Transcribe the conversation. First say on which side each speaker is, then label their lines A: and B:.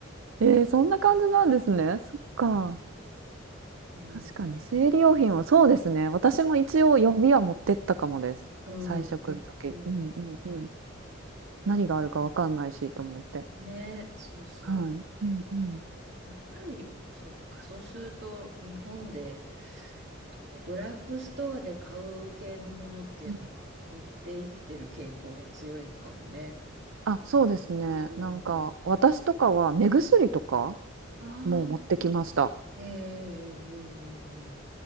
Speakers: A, on the right; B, on the right.
A: えー、そんな感じなんですね。そっか。
B: うん、うん、
A: 確かに生理用品はそうですね。私も一応予備は持ってったかもです。
B: うん。
A: 最初来るとき。
B: うん
A: うんうんうん。何があるかわかんないしと思って。
B: ね、そうそう。
A: はい。うんうん。
B: やっぱり、そうか、そうすると、日本で、こう、ドラッグストアで買う系のものっていうのは、
A: うん。
B: 持っていってる傾向が強いのかもね。
A: あ、そうですね。
B: う
A: なんか、
B: ん。あ
A: 私とかは目薬とか
B: あ、
A: もう持ってきました。
B: ええええうんうん